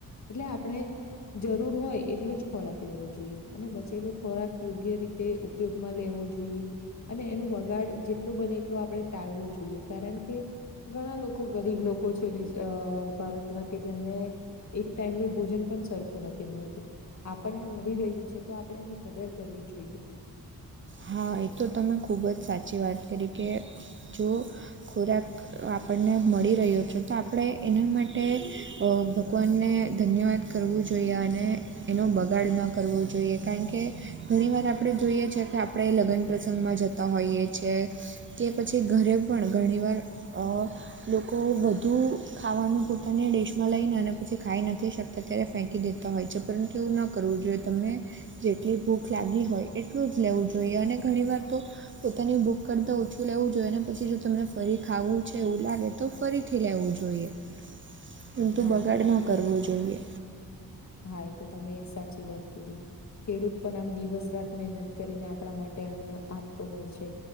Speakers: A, on the left; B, on the right.
A: એટલે આપણે ખોરાકનો બગાડ ન કરવો જોઈએ. જરૂર હોય એટલો જ ખોરાક લેવો જોઈએ અને બચેલો ખોરાક યોગ્ય રીતે સાચવીને ઉપયોગમાં લેવો જોઈએ. તે ઉપયોગમાં લેવો જોઈએ. અને એનો બગાડ જેટલો બને એટલો આપણે ટાળવો જોઈએ, કારણ કે... ઘણા લોકો ગરીબ છે ભારતમાં, જેમને એક ટાઈમનું ભોજન પણ સરખું નથી મળતું. આપણે મળી રહ્યું છે, તો આપણે એની કદર કરવી જોઈએ.
B: હા, એ તો તમે ખૂબ જ સાચી વાત કરી કે જો ખોરાક આપણે ખોરાક મળી રહ્યો છે, તો આપણે એના માટે ભગવાનનો ધન્યવાદ માનવો જોઈએ. કરવું જોઈએ અને ખોરાકનો બગાડ પણ ન કરવો જોઈએ. એનો બગાડ ન કરવો જોઈએ, કારણ કે આપણે જોઈએ છીએ કે ઘણા લોકો પાસે પૂરતો ખોરાક પણ નથી. કે આપણે લગ્ન પ્રસંગમાં જતા હોઈએ છીએ ને કે પછી ઘરે પણ ઘણી વાર ખોરાકનો બગાડ થતો હોય છે. લોકો ઘણી વાર વધારે ખાવાનું પોતાની ડિશમાં લઈ લે છે અને પછી એ ખાઈ શકતા નથી. એને પછી ફેંકી દેતા હોય છે, પરંતુ એવું ન કરવું જોઈએ. જેટલી ભૂખ લાગી હોય એટલું જ લેવું જોઈએ અને ઘણી વાર તો પોતાની ભૂખ કરતાં ઓછું લેવું જોઈએ ને, પછી જો તમને ફરી ખાવાનું મન થાય તો ફરીથી લેવું જોઈએ.
A: <inaudible> <unintelligible>
B: ખોરાકનો
A: હા
B: બગાડ ન
A: એ તો
B: કરવો જોઈએ.
A: હા, એ તો તમે સાચી વાત કહી. ખેડૂત પણ આમ દિવસ-રાત મહેનત કરીને આપણા માટે અન્ન પેદા કરતા હોય છે.